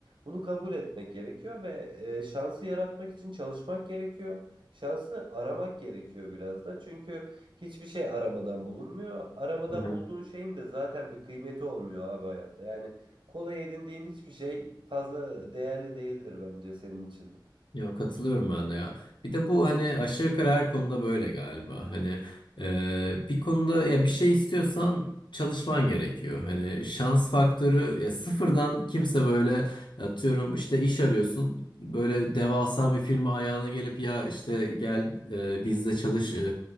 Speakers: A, on the right; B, on the left.
A: Bunu kabul etmek gerekiyor ve e, şansı yaratmak için çalışmak gerekiyor. Şansı aramak gerekiyor biraz da. Çünkü hiçbir şey aramadan bulunmuyor. Aramadan
B: Hı hı.
A: bulduğun şeyin de zaten bir kıymeti olmuyor abi hayatta. Yani kolay edindiğin hiçbir şey fazla değerli değildir bence senin için.
B: Ya katılıyorum ben de ya. Bir de bu hani aşağı yukarı her konuda böyle galiba. Hani e, bir konuda ya bir şey istiyorsan çalışman gerekiyor. Hani şans faktörü ya sıfırdan kimse böyle atıyorum işte iş arıyorsun. Böyle devasa bir firma ayağına gelip ya işte gel e, bizde çalış e,